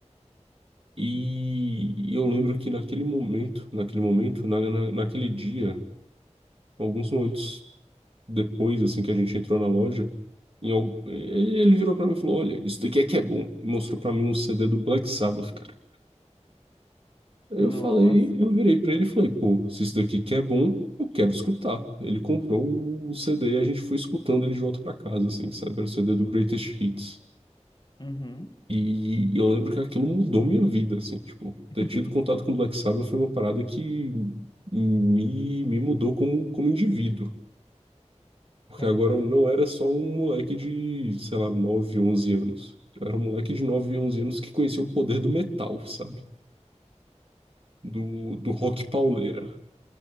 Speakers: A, on the right (about 50°); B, on the left (about 40°).
A: E, e eu lembro que naquele momento, naquele momento, na, na- naquele dia, alguns momentos depois, assim, que a gente entrou na loja, em al- eh, ele virou pra mim e falou: Olha, isso daqui é que é bom. E mostrou pra mim um CD do Black Sabbath, cara. Aí
B: nossa.
A: eu falei, eu virei pra
B: Hum,
A: ele e falei: Pô, se isso daqui que é bom, eu quero escutar. Ele comprou o CD e a gente foi escutando ele de volta pra casa, assim, sabe? Era o CD do Greatest Hits.
B: Uhum.
A: E eu lembro que aquilo mudou minha vida, assim, tipo,
B: <laughs>
A: ter tido contato com Black Sabbath foi uma parada que me, me mudou como, como indivíduo. Porque
B: Caraca.
A: agora eu não era só um moleque de, sei lá, 9 11 anos. Eu era um moleque de 9, 11 anos que conhecia o poder do metal, sabe? Do, do rock pauleira.